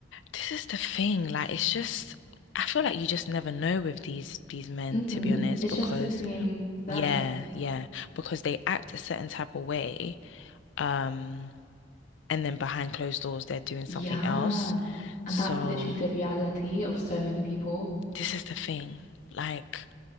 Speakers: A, on the left; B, on the left.
A: This is the thing. Like, it's just I feel like you just never know with these these men,
B: hmm
A: to be honest,
B: It's
A: because
B: just between them.
A: Yeah, yeah, because they act a certain type of way, um, and then behind closed doors they're doing something
B: Yeah.
A: else.
B: And
A: So
B: that's literally the reality of so many people.
A: this is the thing. Like,